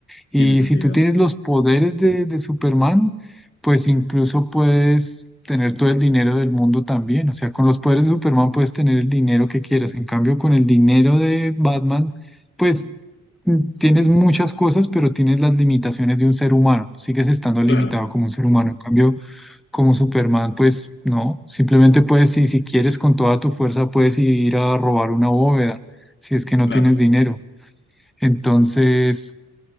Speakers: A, in the centre; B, on the left.
A: Y
B: Tiene sentido.
A: si tú tienes los poderes de, de Superman, pues incluso puedes tener todo el dinero del mundo también. O sea, con los poderes de Superman puedes tener el dinero que quieras. En cambio, con el dinero de Batman, pues mm, tienes muchas cosas, pero tienes las limitaciones de un ser humano. Sigues estando
B: Claro.
A: limitado como un ser humano. En cambio, como Superman, pues no. Simplemente puedes, si, si quieres, con toda tu fuerza, puedes ir a robar una bóveda, si es que no
B: Claro,
A: tienes dinero. Entonces,